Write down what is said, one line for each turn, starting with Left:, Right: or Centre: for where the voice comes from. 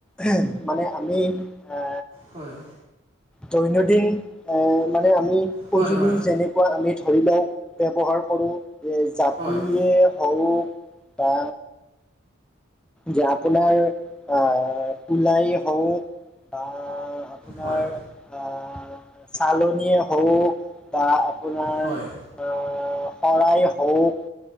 Centre: এহেম মানে আমি এ
Right: হয়
Centre: দৈনন্দিন এ মানে আমি
Right: হয়
Centre: সজুলি
Right: হয়
Centre: যেনে আমি ধৰি লওক ব্যৱহাৰ কৰোঁ জাপিয়ে
Right: হয়
Centre: হওঁক বা যে আপোনাৰ আহ ওলাই হওক বা আপোনাৰ
Right: হয়
Centre: আহ চালনীয়ে হওক বা আপোনাৰ
Right: হয়
Centre: আহ শৰাই হওক